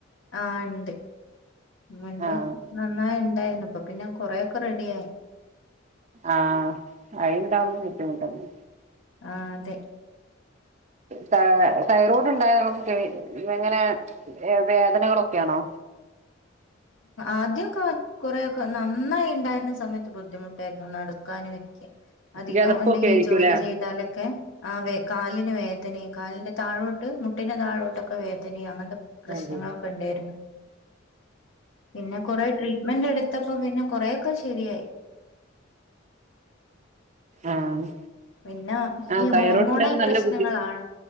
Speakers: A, on the left; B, on the right.
A: ആഹ് ഉണ്ട് മുൻപ്
B: ആഹ്
A: നന്നായി ഉണ്ടായിരുന്നു ഇപ്പൊ പിന്നെ കൊറെ ഒക്കെ റെഡിയായി
B: ആഹ് അയിണ്ടാവന്ന് ബുദ്ധിമുട്ടന്നെ
A: ആ ഹ്അതെ
B: ത തൈറോയ്ഡ് ഉണ്ടായ നമുക്ക് എങ്ങനെ വേദനകളൊക്കെയാണോ
A: ആദ്യമൊക്കെ കൊറെയൊക്കെ നന്നായി ഉണ്ടായിരുന്ന സമയത്ത് ബുദ്ധിമുട്ടായിരുന്നു നട ക്കാനുവെക്ക അധികം
B: കിതപ്പൊക്കെ
A: എന്തെങ്കിലുംജോലി
B: ആയിരിക്കൂലേ
A: ചെയ്താല് ഒക്കെ ആ വേ കാലിന് വേദനീം കാലിന്റെ താഴോട്ട് മുട്ടിന്റെ താഴോട്ടൊക്കെ വേദനീം അങ്ങനത്തെ പ്രശ്നങ്ങളൊക്കെണ്ടായിരുന്നു
B: ആഹ്
A: പിന്നെ കൊറേ ട്രീറ്റ്മെന്റെട്ത്തപ്പോ പിന്നെ കൊറേയൊക്കെ ശെരിയായി
B: ആഹ്
A: പിന്നെ
B: ആഹ്
A: ഈ
B: തൈറോയ്ഡ്
A: ഹോർമോണൽ
B: ഉണ്ടെങ്കിൽ
A: പ്രശ്നങ്ങളാണ്
B: നല്ല ബുദ്ധി